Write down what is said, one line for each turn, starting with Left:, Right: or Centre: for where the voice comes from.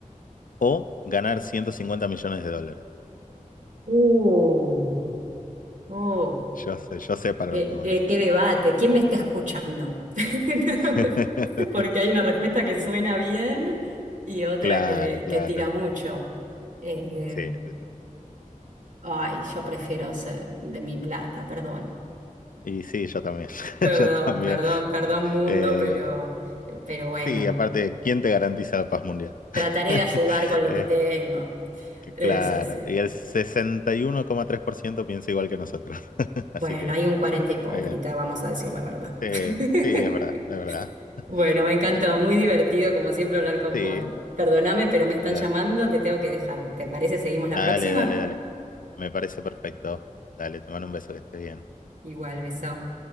Left: o ganar 150 millones de dólares?
Right: Uh, oh,
Left: Yo sé, yo sé para
Right: qué,
Left: lo que voy.
Right: qué, qué debate, ¿quién me está escuchando? <laughs>
Left: <laughs>
Right: Porque hay una respuesta que suena bien y otra
Left: Claro,
Right: que,
Left: claro.
Right: que tira mucho. eh,
Left: Sí, sí, sí.
Right: Ay, yo prefiero ser de mi plata, perdón.
Left: Y sí, yo también. <laughs>
Right: Perdón,
Left: Yo también.
Right: perdón, perdón mundo,
Left: Eh,
Right: pero, pero bueno,
Left: sí, aparte, ¿quién te garantiza la paz mundial?
Right: Trataré
Left: <laughs>
Right: de ayudar con lo
Left: Eh,
Right: que tengo.
Left: que
Right: es
Left: claro.
Right: así.
Left: Y el sesenta y uno coma tres por ciento piensa igual que nosotros. <laughs>
Right: Bueno,
Left: Así que
Right: hay un 40 hipócrita,
Left: Está bien.
Right: vamos a decir la verdad.
Left: Sí,
Right: <laughs>
Left: sí, es verdad, es verdad.
Right: Bueno, me encantó,
Left: Así que
Right: muy
Left: bueno.
Right: divertido como siempre hablar con
Left: Sí,
Right: vos. Perdóname, pero me están
Left: dale.
Right: llamando, te tengo que dejar. ¿Te parece seguimos
Left: Dale,
Right: la próxima?
Left: dale, dale. Me parece perfecto. Dale, te mando un beso, que estés bien.
Right: Igual, beso.